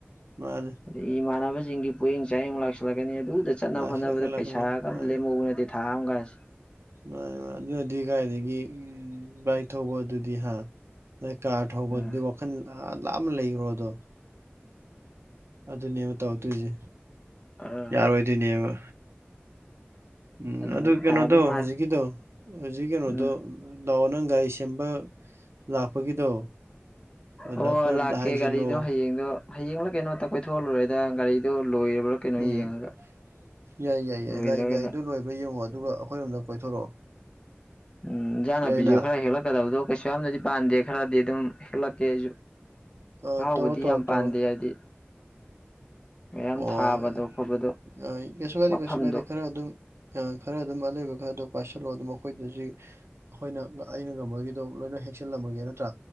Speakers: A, on the right; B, on the left.
A: ꯃꯥꯅꯦ
B: ꯑꯗꯩ ꯏꯃꯥꯟꯅꯕꯖꯤꯡꯒꯤ ꯄꯣꯌꯦꯡ ꯆꯥꯌꯦꯡ ꯂꯥꯛꯁꯤꯜꯂꯛꯀꯥꯅꯤ ꯑꯗꯨꯗꯥ ꯆꯠꯅꯕ
A: ꯂꯥꯛꯁꯤꯜꯂꯛꯈ꯭ꯔꯦ
B: ꯍꯣꯠꯅꯕꯗꯥ
A: ꯂꯥꯛꯁꯤꯜꯂꯦ
B: ꯄꯩꯁꯥꯒꯥ ꯑꯝ
A: ꯃꯥꯅꯦ
B: ꯂꯦꯝꯍꯧꯕ ꯅꯠꯇꯦ ꯊꯥꯝ ꯒꯥꯁꯦ
A: ꯃꯥꯅꯦ ꯃꯥꯅꯦ ꯑꯗꯨꯅꯗꯤ ꯀꯥꯏꯗꯥꯒꯤ ꯕꯥꯏꯛ ꯊꯧꯕ ꯑꯗꯨꯗꯤ ꯍꯥꯥ ꯅꯣꯏ ꯀꯥꯔ ꯍꯧꯕꯗꯨꯗꯤ
B: ꯎꯝ
A: ꯋꯥꯈꯜ ꯂꯥꯞ ꯑꯃ ꯂꯩꯈ꯭ꯔꯣ ꯑꯗꯣ ꯑꯗꯨꯅꯦꯕ ꯇꯧꯗꯣꯏꯁꯦ
B: ꯑꯥ
A: ꯌꯥꯔꯣꯏꯗꯣꯏꯅꯦꯕ ꯎꯝ
B: ꯑꯗꯨꯃꯥꯏꯅ
A: ꯑꯗꯨ ꯀꯩꯅꯣꯗꯣ
B: ꯇꯥꯗꯣꯏ ꯃꯥꯜꯂꯦ
A: ꯍꯧꯖꯤꯛꯀꯤꯗꯣ ꯍꯧꯖꯤꯛꯀꯤ ꯀꯩꯅꯣꯗꯣ
B: ꯎꯝ
A: ꯂꯑꯣ ꯅꯪꯒꯥꯔꯤ ꯁꯦꯝꯕ ꯂꯥꯛꯄꯒꯤꯗꯣ ꯑꯗ
B: ꯑꯣ
A: ꯑꯩꯈꯣꯏꯔꯣꯝꯗ
B: ꯂꯥꯛꯀꯦ
A: ꯍꯥꯏꯖꯤꯜꯂꯣ
B: ꯒꯥꯔꯤꯗꯣ ꯍꯌꯦꯡꯗꯣ ꯍꯌꯦꯡꯂ ꯀꯩꯅꯣꯝꯇ ꯀꯣꯏꯊꯣꯛꯜꯂꯨꯔꯦꯗ ꯒꯥꯔꯤꯗꯣ ꯂꯣꯏꯔꯕ꯭ꯔꯥ ꯀꯩꯅꯣ
A: ꯎꯝ
B: ꯌꯦꯡꯉꯒ
A: ꯌꯥꯏ ꯌꯥꯏ ꯌꯥꯏ
B: ꯂꯣꯏꯗ꯭ꯔꯒꯅ
A: ꯂꯥꯛ ꯌꯥꯏꯗꯣ ꯂꯣꯏꯕ ꯌꯦꯡꯉꯣ ꯑꯗꯨꯒ ꯑꯩꯈꯣꯏꯔꯣꯝꯗꯪ ꯀꯣꯏꯊꯣꯔꯛꯑꯣ
B: ꯎꯝ ꯏꯟꯖꯥꯡ
A: ꯌꯥꯏꯅ
B: ꯅꯥꯄꯤꯖꯨ ꯈꯔ ꯍꯦꯛꯂꯛꯀꯗꯕꯗꯣ ꯀꯩꯁꯨ ꯌꯥꯝꯅꯗꯤ ꯄꯥꯟꯗꯦ ꯈꯔꯗꯤ ꯑꯗꯨꯝ ꯍꯦꯛꯂꯛꯀꯦ ꯑꯩꯁꯨ
A: ꯑꯥ
B: ꯑꯍꯥꯎꯕꯗꯤ
A: ꯇꯧꯔꯣ ꯇꯧꯔꯣ
B: ꯌꯥꯝ ꯄꯥꯟꯗꯦ
A: ꯇꯧꯔꯣ
B: ꯍꯥꯏꯗꯤ ꯃꯌꯥꯝ
A: ꯑꯣ
B: ꯊꯥꯕꯗꯣ ꯈꯣꯠꯄꯗꯣ
A: ꯀꯩꯁꯨ ꯀꯥꯏꯗꯦ
B: ꯃꯐꯝꯗꯣ
A: ꯀꯩꯁꯨ ꯀꯥꯏꯗꯦ ꯈꯔ ꯑꯗꯨꯝ ꯈꯔ ꯑꯗꯨꯝ ꯑꯂꯩꯕ ꯈꯔꯗꯣ ꯄꯥꯏꯁꯤꯜꯂꯣ ꯑꯗꯨ ꯃꯈꯣꯏꯗꯥꯖꯤ ꯑꯩꯈꯣꯏꯅ ꯑꯩꯅ ꯉꯝꯕꯒꯤꯗꯣ ꯂꯣꯏꯅ ꯍꯦꯛꯁꯜꯂꯝꯃꯒꯦ ꯅꯠꯇ꯭ꯔꯥ